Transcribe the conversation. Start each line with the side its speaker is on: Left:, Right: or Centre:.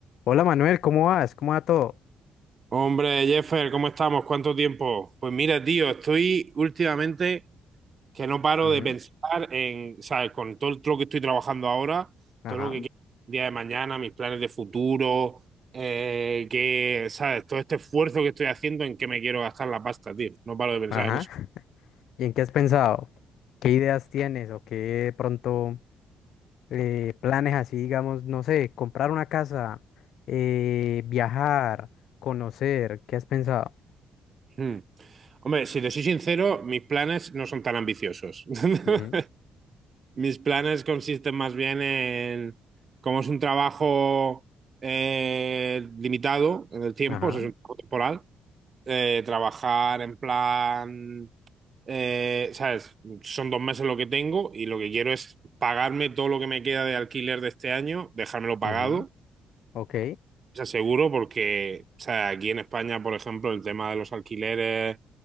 Left: Hola Manuel, ¿cómo vas? ¿Cómo va todo?
Right: Hombre, Jeffer, ¿cómo estamos? ¿Cuánto tiempo? Pues mira, tío, estoy últimamente que no paro
Left: Ujú.
Right: de pensar en, ¿sabes? Con todo lo que estoy trabajando ahora,
Left: Ajá,
Right: todo lo que quiero el día de mañana, mis planes de futuro, eh, que, ¿sabes? Todo este esfuerzo que estoy haciendo en qué me quiero gastar la pasta, tío. No paro de pensar
Left: ajá.
Right: en eso.
Left: ¿Y en qué has pensado? ¿Qué ideas tienes o qué de pronto eh, planes así, digamos, no sé, comprar una casa, eh, viajar, conocer? ¿Qué has pensado?
Right: Hmm. Hombre, si te soy sincero, mis planes no son tan ambiciosos. <laughs>
Left: Ujú,
Right: Mis planes consisten más bien en, como es un trabajo eh, limitado en el tiempo,
Left: Ajá,
Right: o sea, es un trabajo temporal, eh, trabajar en plan, eh, ¿sabes? Son dos meses lo que tengo y lo que quiero es pagarme todo lo que me queda de alquiler de este año, dejármelo pagado
Left: ujú, ok.
Right: sea, seguro porque, o sea, aquí en España, por ejemplo, el tema de los alquileres,